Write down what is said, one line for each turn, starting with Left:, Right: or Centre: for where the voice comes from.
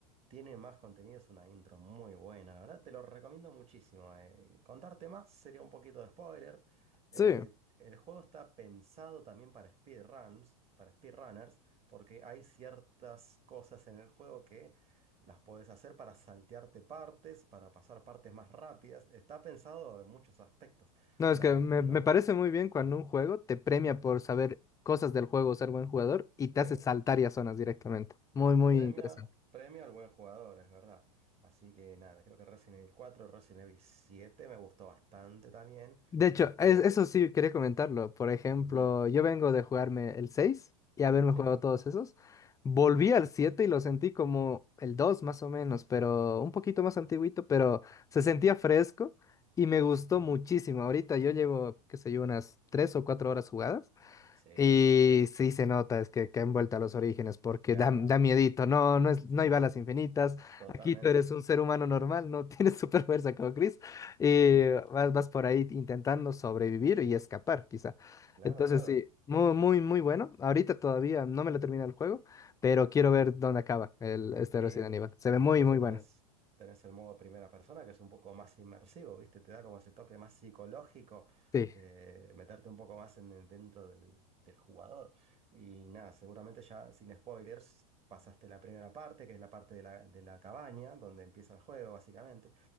Right: tiene más contenido, es una intro muy buena, la verdad, te lo recomiendo muchísimo. eh. Contarte más sería un poquito de spoilers.
Left: sí.
Right: eh, el juego está pensado también para speedruns, para speedrunners, porque hay ciertas cosas en el juego que las podés hacer para saltearte partes, para pasar partes más rápidas. Está pensado en muchos aspectos.
Left: No, es
Right: O sea,
Left: que me,
Right: no.
Left: me parece muy bien cuando un juego te premia por saber cosas del juego, ser buen jugador y te
Right: Sí.
Left: hace saltar y a zonas directamente. Muy, muy
Right: Premia,
Left: interesante.
Right: premia al buen jugador, es verdad. Así que nada, creo que Resident Evil cuatro, Resident Evil siete me gustó bastante también.
Left: De hecho,
Right: Este,
Left: es- eso sí quería comentarlo. Por ejemplo,
Right: ujú,
Left: yo vengo de jugarme el 6 y haberme
Right: sí,
Left: jugado todos esos. Volví al 7 y lo sentí como el 2 más o menos, pero un poquito más antiguito, pero se sentía fresco y me gustó
Right: ujú,
Left: muchísimo. Ahorita yo llevo, qué sé yo, unas 3 o 4 horas jugadas
Right: sí,
Left: y
Right: sí, sí.
Left: sí se nota, es que, que han vuelto a
Right: Ah,
Left: los orígenes, porque
Right: Claro,
Left: da, da miedito,
Right: ah,
Left: no, no es,
Right: sí,
Left: no hay balas infinitas,
Right: totalmente.
Left: aquí tú eres un ser humano normal, no tienes <laughs> super fuerza como Chris, y
Right: ujú,
Left: vas, vas por ahí intentando sobrevivir y escapar, quizá.
Right: Claro,
Left: Entonces
Right: claro.
Left: sí, muy, muy, muy bueno. Ahorita todavía no me lo termina el juego, pero quiero ver dónde acaba el, este
Right: Sí,
Left: Resident Evil. Se ve
Right: incluso
Left: muy, muy bueno.
Right: tenés, tenés el modo primera persona, que es un poco más inmersivo, ¿viste? Te da como ese toque más psicológico
Left: Sí,
Right: de meterte un poco más en el- dentro del, del jugador. Y nada, seguramente ya sin spoilers pasaste la primera parte, que es la parte de la, de la cabaña, donde empieza el juego, básicamente.